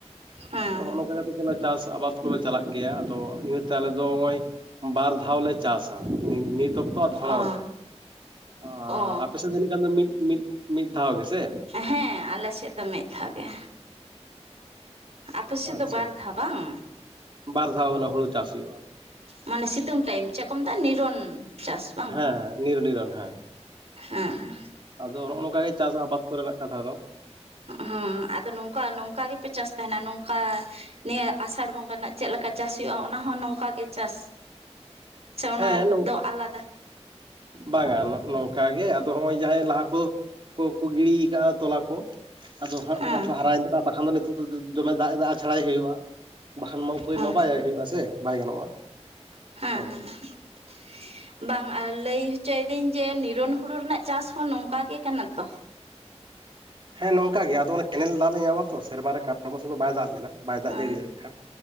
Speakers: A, on the right; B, on the right.
A: ᱦᱮᱸ
B: ᱟᱫᱚ ᱦᱚᱸᱜᱼᱚ ᱱᱚᱝᱠᱟ ᱠᱟᱛᱮ ᱜᱮ ᱚᱱᱟ ᱪᱟᱥ ᱟᱵᱟᱫ ᱠᱚᱞᱮ ᱪᱟᱞᱟᱜ ᱜᱮᱭᱟ, ᱟᱫᱚ ᱤᱱᱟᱹᱛᱮ ᱟᱞᱮ ᱫᱚ ᱦᱚᱸᱜ-ᱚᱭ ᱵᱟᱨ ᱫᱷᱟᱣᱞᱮ ᱪᱟᱥᱟ ᱱᱤᱛᱚ ᱱᱤᱛᱚᱜ ᱫᱷᱟᱣ
A: ᱚ
B: ᱨᱮ ᱟᱨ
A: ᱚ
B: ᱟᱯᱮ ᱥᱮᱫ ᱡᱟᱹᱱᱤ ᱠᱷᱟᱱ ᱫᱚ ᱢᱤᱫ, ᱢᱤᱫ, ᱢᱤᱫ ᱫᱷᱟᱣ ᱜᱮᱥᱮ
A: ᱦᱮᱸᱻ ᱟᱞᱮ ᱥᱮᱫ ᱫᱚ ᱢᱤᱫ ᱫᱷᱟᱣ ᱜᱮ᱾ ᱟᱯᱮ ᱥᱮᱫ
B: ᱟᱪᱪᱷᱟ
A: ᱫᱚ ᱵᱟᱨ ᱫᱷᱟᱣ, ᱵᱟᱝ?
B: ᱵᱟᱨ ᱫᱷᱟᱣ ᱚᱱᱟ ᱦᱩᱲᱩ ᱪᱟᱥ ᱦᱩᱭᱩᱜᱼᱟ
A: ᱢᱟᱱᱮ ᱥᱤᱛᱩᱝ ᱴᱟᱭᱤᱢ, ᱪᱮᱫ ᱠᱚ ᱢᱮᱛᱟᱜᱼᱟ ᱱᱤᱨᱚᱱ? ᱪᱟᱥ ᱵᱟᱝ
B: ᱦᱮᱸ ᱦᱮᱸ ᱱᱤᱨᱻ ᱱᱤᱨᱚᱱ ᱦᱮᱸ
A: ᱦᱮᱸ
B: ᱟᱫᱚ ᱱᱚᱜᱼᱚᱭ ᱱᱚᱝᱠᱟ ᱜᱮ ᱪᱟᱥ ᱟᱵᱟᱫ ᱠᱚᱨᱮᱱᱟᱜ ᱠᱟᱛᱷᱟ ᱫᱚ
A: ᱦᱮᱸᱻ ᱟᱫᱚ ᱱᱚᱝᱠᱟ ᱱᱚᱝᱠᱟ ᱜᱮᱯᱮ ᱪᱟᱥ ᱛᱟᱦᱮᱱᱟ ᱱᱚᱝᱠᱟ ᱱᱤᱭᱟᱹ ᱟᱥᱟᱲ ᱵᱚᱸᱜᱟ ᱨᱮᱱᱟᱜ ᱪᱮᱫ ᱞᱮᱠᱟ ᱪᱟᱥ ᱦᱩᱭᱩᱜᱼᱟ ᱚᱱᱟ ᱦᱚᱸ ᱱᱚᱝᱠᱟ ᱜᱮ ᱪᱟᱥ, ᱥᱮ ᱚᱱᱟ
B: ᱦᱮᱸ ᱱᱚᱝ
A: ᱫᱚ ᱟᱞᱟᱫᱟ?
B: ᱵᱟᱝᱟ ᱱᱚᱜ ᱱᱚᱝᱠᱟ ᱜᱮ ᱟᱫᱚ ᱦᱚᱸᱜᱼᱚᱭ ᱡᱟᱦᱟᱸᱭ ᱞᱟᱦᱟ ᱠᱚ, ᱠᱚ ᱜᱤᱲᱤᱭᱠᱟᱜᱼᱟ ᱛᱚᱞᱟ ᱠᱚ, ᱟᱫᱚ ᱦᱟᱸᱜ
A: ᱦᱮᱸ
B: ᱚᱱᱟ ᱠᱚ ᱦᱟᱨᱟᱭᱮᱱ ᱛᱮ ᱵᱟᱠᱷᱟᱱ ᱫᱚ ᱱᱤᱛᱚᱜ ᱫᱚ ᱫᱚᱢᱮᱭ ᱫᱟᱜ ᱮᱫᱟ ᱟᱪᱷᱟᱲᱟᱭ ᱦᱩᱭᱩᱜᱼᱟ ᱵᱟᱠᱷᱟᱱ ᱢᱟ ᱩᱯᱟᱹᱭ
A: ᱦᱮᱸ
B: ᱢᱟ ᱵᱟᱭ ᱦᱩᱭᱩᱜᱼᱟ ᱥᱮ ᱵᱟᱭ ᱜᱟᱱᱚᱜᱼᱟ
A: ᱦᱮᱸ
B: ᱦᱚᱸ
A: ᱦᱮᱸ ᱦᱮᱸ ᱵᱟᱝ ᱟᱨ ᱞᱟᱹᱭ ᱦᱚᱪᱚᱭᱤᱫᱤᱧ ᱡᱮᱻ ᱱᱤᱨᱚᱱ ᱦᱩᱲᱩ ᱨᱮᱱᱟᱜ ᱪᱟᱥ ᱦᱚᱸ ᱱᱚᱝᱠᱟᱜ ᱜᱮ ᱠᱟᱱᱟ ᱛᱚ
B: ᱦᱮᱸ ᱱᱚᱝᱠᱟ ᱜᱮ ᱟᱫᱚ ᱚᱱᱟ ᱠᱮᱱᱮᱞ ᱫᱟᱜ ᱞᱮ ᱧᱟᱢᱟ ᱛᱚ, ᱥᱮᱨᱢᱟ ᱨᱮ ᱠᱟᱨᱚᱱ ᱵᱚᱥᱚᱛᱚ ᱵᱟᱭ ᱫᱟᱜ ᱞᱮᱫᱟ ᱵᱟᱭ ᱫᱟᱜ
A: ᱦᱮᱸ
B: ᱡᱟᱹᱲᱤ ᱞᱮᱫ ᱠᱷᱟᱱ